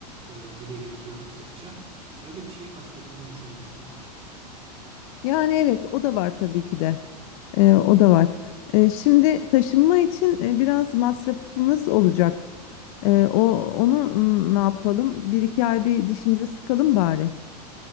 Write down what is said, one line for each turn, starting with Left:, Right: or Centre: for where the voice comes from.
Right: eee, dile getiriyorduk sıkça. Öyle bir şey kastettiğini düşünmüştüm.
Left: Yani evet o da var tabii ki de E, o da var. E, şimdi taşınma için e, biraz masrafımız olacak. E, o onu mm, ne yapalım bir iki ay bir dişimize sıkalım bari.